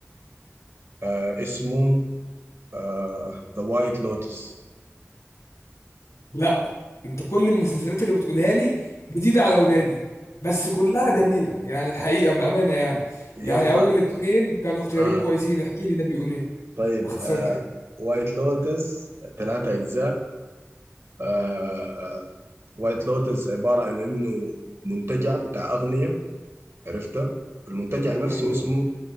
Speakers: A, on the right (about 55°); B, on the left (about 85°).
A: آه اسمه آه ذا وايت لوتس
B: لا انت كل المسلسلات اللي بتقولها لي جديدة على وداني بس كلها جميلة يعني الحقيقة بأمانة يعني
A: يلا
B: يعني أول اتنين كانوا اختيارين
A: آه
B: كويسين احكي لي ده بيقول ايه
A: طيب
B: باختصار
A: آه
B: كده
A: وايت لوتس ثلاثة أجزاء آه وايت لوتس عبارة عن إنه منتجع بتاع أغنية عرفته والمنتجع نفسه
B: حلو
A: اسمه
B: أوي